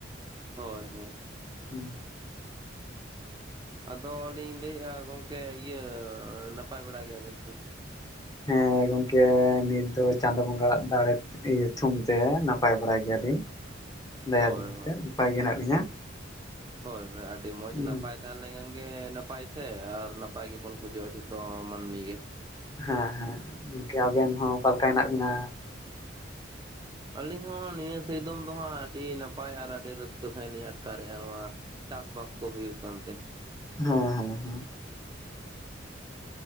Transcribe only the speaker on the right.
ᱦᱚᱭ ᱦᱚᱭ᱾
ᱟᱫᱚ ᱞᱤᱧ ᱞᱟᱹᱭᱮᱜ-ᱟ ᱜᱚᱝᱠᱮ ᱤᱭᱟᱹ ᱱᱟᱯᱟᱭ ᱵᱟᱲᱟ ᱜᱮᱭᱟ ᱵᱤᱱ ᱥᱮ᱾
ᱦᱳᱭ
ᱦᱳᱭ
ᱦᱳᱭ ᱦᱳᱭ ᱟᱹᱰᱤ ᱢᱚᱸᱡᱽ
ᱱᱟᱯᱟᱭ ᱛᱟᱦᱮ ᱞᱮᱱᱠᱷᱟᱱ ᱜᱮ ᱱᱟᱯᱟᱭ ᱥᱮ ᱟᱨ ᱱᱟᱯᱟᱭ ᱜᱮᱵᱚᱱ ᱠᱷᱚᱡᱚᱜ-ᱟ ᱡᱷ ᱛᱚ ᱢᱟᱱᱢᱤ ᱜᱮ᱾
ᱟᱹᱞᱤᱧ ᱦᱚᱸ ᱱᱤᱭᱟᱹ ᱥᱤᱭᱫᱚᱢ ᱫᱚ ᱦᱟᱸᱜ ᱟᱹᱰᱤ ᱱᱟᱯᱟᱭ ᱟᱨ ᱟᱹᱰᱤ ᱨᱟᱹᱥᱠᱟᱹ ᱥᱟᱸᱦᱤᱡ ᱞᱤᱧ ᱟᱴᱠᱟᱨᱮᱜ-ᱟ ᱱᱚᱣᱟ᱾ ᱪᱟᱥ ᱵᱟᱥ ᱠᱚ ᱦᱩᱭᱩᱜ ᱠᱟᱱᱛᱮ᱾